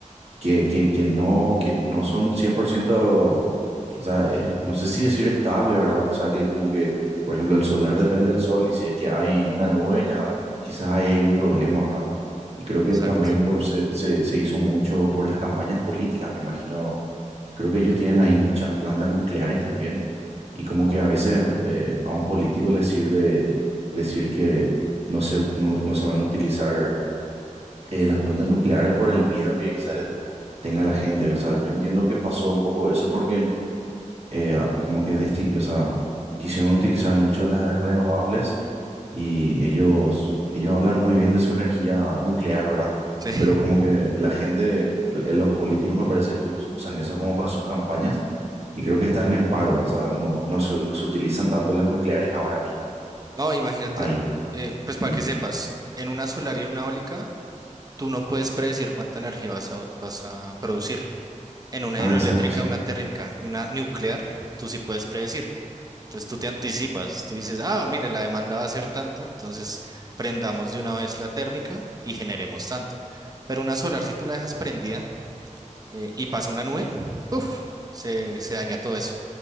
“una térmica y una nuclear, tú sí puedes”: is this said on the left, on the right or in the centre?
Right